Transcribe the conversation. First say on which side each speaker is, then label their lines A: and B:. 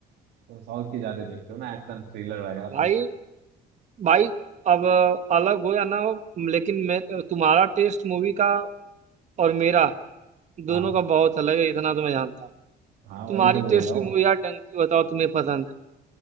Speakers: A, on the right (about 75°); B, on the right (about 45°).
A: तुम साउथ की ज्यादा देखते हो ना एक्शन थ्रिलर वगैरह
B: भाई
A: तो
B: भाई अब अलग हो या ना हो लेकिन मैं तुम्हारा टेस्ट मूवी का और मेरा
A: हाँ
B: दोनों का बहुत अलग है इतना तो मैं जानता हूँ
A: हाँ
B: तुम्हारी
A: वही तो बोल
B: टेस्ट
A: रहा
B: की
A: हूँ
B: मूवी यार डंकी बताओ तुम्हें पसंद है